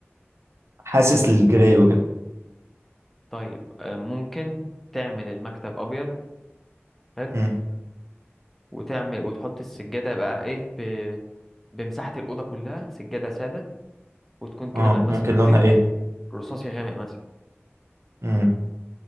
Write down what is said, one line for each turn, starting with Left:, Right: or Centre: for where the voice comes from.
Right: حاسس للجراي وكده
Centre: طيب آه، ممكن تعمل المكتب ابيض حلو
Right: م.
Centre: وتعمل وتحط السجاده بقى ايه ب... بمساحه الاوضه كلها سجاده ساده وتكون كده
Right: اه
Centre: ملمسها
Right: ممكن
Centre: لطيف
Right: لونها ايه
Centre: رصاصي غامق مثلا
Right: م.